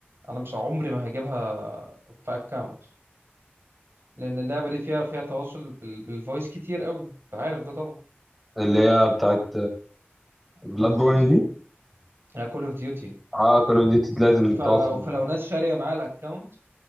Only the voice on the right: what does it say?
انا مش عمري ما هجيبها في اكونت لان اللعبه دي فيها فيها تواصل بال... بالفويس كتير قوي انت عارف ده طبعا
كول اوف ديوتي
يعني كول اوف ديوتي
فلو
فلو
ناس شاريه معاه الاكونت